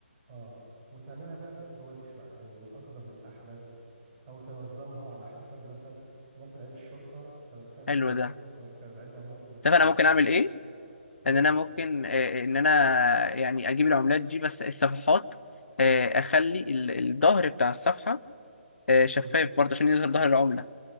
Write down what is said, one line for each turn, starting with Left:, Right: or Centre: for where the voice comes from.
Right: اه وتعملها بقى بالتواريخ بقى يعني من الاقدم للاحدث او تنظمها على حسب مثل مثل عيد الشرطة سنة كذا
Left: حلو
Right: وسنة كذا
Left: ده
Right: وسنة كذا عيد العمال سنة كذا
Left: طب أنا ممكن
Right: وسنة
Left: أعمل
Right: كذا
Left: إيه؟
Right: اتفضل
Left: إن أنا ممكن آه، آه، إن أنا يعني أجيب العملات دي بس الصفحات آه، أخلي ال- الظهر بتاع الصفحة آه، شفاف
Right: مم.
Left: برضه عشان يظهر ظهر العملة